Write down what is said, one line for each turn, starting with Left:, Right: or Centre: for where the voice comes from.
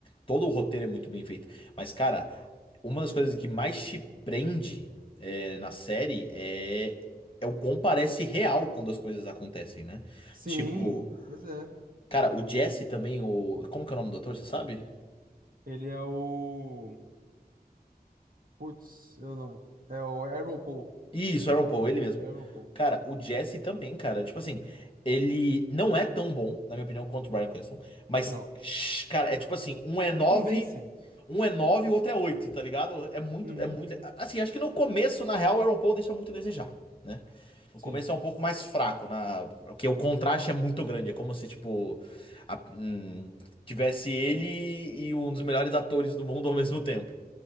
Left: Todo o roteiro é muito bem feito. Mas, cara, uma das coisas que mais te prende é, na série é, é o quão parece real quando as coisas acontecem, né?
Right: Sim,
Left: Tipo,
Right: pois é.
Left: cara, o Jesse também, o. Como que é o nome do ator, você sabe?
Right: Ele é o. Putz, eu não. É o Aaron Paul.
Left: Isso, Aaron Paul, ele
Right: Não,
Left: mesmo.
Right: ele é Aaron Paul.
Left: Cara, o Jesse também, cara. Tipo assim, ele não é tão bom, na minha opinião, quanto o Bryan Cranston. Mas,
Right: Não.
Left: shh, cara, é tipo assim, um é nove,
Right: Ele convence.
Left: um é nove e o outro é oito, tá ligado? É muito,
Right: Uhum.
Left: é muito. Assim, acho que no começo, na real, o Aaron Paul deixa muito a desejar, né? No
Right: Sim.
Left: começo é um pouco mais fraco, na... porque o contraste é muito grande. É como se, tipo, a- hum, tivesse ele e um dos melhores atores do mundo ao mesmo tempo.